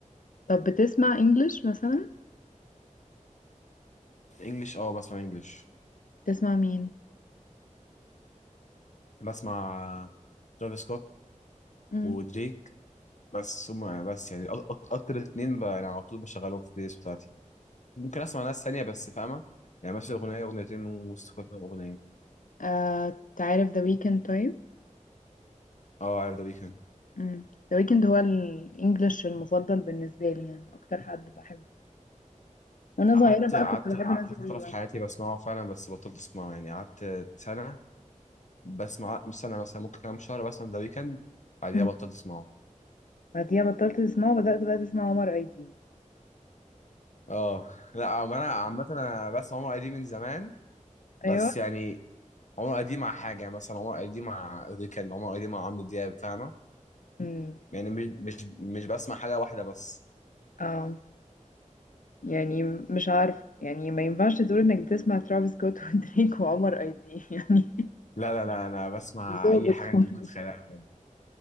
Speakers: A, on the left; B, on the left.
A: طب بتسمع انجلش مثلا
B: انجلش اه بسمع انجلش
A: تسمع مين
B: بسمع ترافيس سكوت
A: امم
B: ودريك بس هم بس يعني أك- أك- اكتر اتنين ب- يعني على طول بشغلهم في البلاي ليست بتاعتي ممكن اسمع ناس تانية بس فاهمة يعني مثلا اغنية اغنيتين من وسط كل كام اغنية
A: آه تعرف ذا ويكند طيب
B: اه عارف ذا ويكند
A: امم ذا ويكند هو الانجليش المفضل بالنسبه لي يعني اكتر حد بحبه وانا
B: قعدت
A: صغيره بقى
B: قعدت
A: كنت بحب
B: قعدت
A: ناس غريبه
B: فترة في حياتي بسمعه فعلا بس بطلت اسمعه يعني قعدت سنة بسمع مش سنة مثلا ممكن كام شهر بسمع ذا ويكند بعديها
A: مم.
B: بطلت اسمعه
A: بعديها بطلت اسمعه وبدات بقى اسمع عمر ايدي
B: اه لا عم- انا عامة انا بسمع عمر قديم من زمان بس
A: ايوه
B: يعني عمر ادي مع حاجه يعني مثلا عمر ادي مع ريكان عمر ادي مع عمرو دياب فاهمه
A: امم
B: يعني مش مش مش بسمع حاجه واحده بس
A: اه يعني مش عارف يعني ما ينفعش تقول انك بتسمع ترافيس سكوت <laughs> ودريك وعمر ايدي <laughs> يعني
B: لا لا لا انا بسمع
A: ظابط
B: اي حاجه
A: خالص
B: انت ممكن تتخيلها